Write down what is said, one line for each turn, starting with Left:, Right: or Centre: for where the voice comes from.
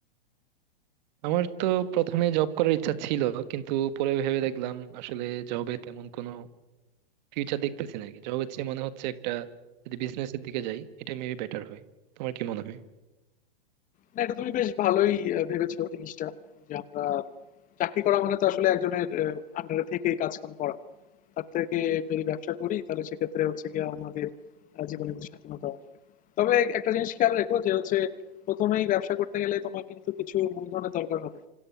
Right: আমার তো প্রথমে জব করার ইচ্ছা ছিল কিন্তু পরে ভেবে দেখলাম আসলে জবে তেমন কোনো ফিউচার দেখতেছি নাকি জব হচ্ছে মনে হচ্ছে একটা যদি বিজনেসের দিকে যাই এটা মেবি বেটার হয় তোমার কি মনে হয়
Left: না এটা তুমি বেশ ভালোই আহ, ভেবেছো জিনিসটা যে আমরা চাকরি করা মানে তো আসলে একজনের আন্ডারে থেকেই কাজ কাম করা তার থেকে যদি ব্যবসা করি তাহলে সেক্ষেত্রে হচ্ছে গিয়ে আমাদের আহ, জীবনে কিছু স্বাধীনতা আসবে তবে এক- একটা জিনিস খেয়াল রেখো যে হচ্ছে প্রথমেই ব্যবসা করতে গেলে তোমার কিন্তু কিছু মূলধনের দরকার হবে